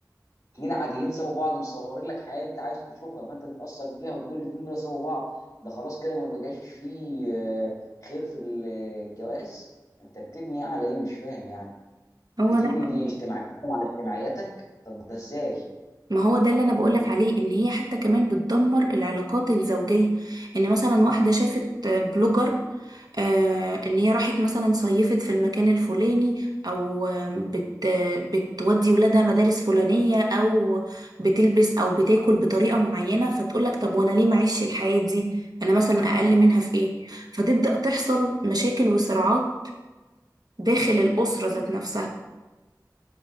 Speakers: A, on the left; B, on the right.
A: اثنين عاديين سوا بعض مصورين لك حياه انت عايز تشوفها فانت تتاثر بيها وتقول الاثنين دول سوا بعض ده خلاص كده ما بقاش فيه آه، خير في ال- الجواز انت بتبني على ايه مش فاهم يعني
B: هو
A: بتبني
B: ده حقيقي
A: اجتماعيتك على اجتماعياتك طب ده ازاي؟
B: ما هو ده اللي انا بقولك عليه ان هي حتى كمان بتدمر العلاقات الزوجية ان مثلا واحدة شافت بلوجر آه ان هي راحت مثلا صيفت في المكان الفلاني او آم، بت بتودي ولادها مدارس فلانية او بتلبس او بتاكل بطريقة معينة فتقولك طب وانا ليه معيش الحياة دي انا مثلا اقل منها في ايه فتبدأ تحصل مشاكل وصراعات داخل الأسرة ذات نفسها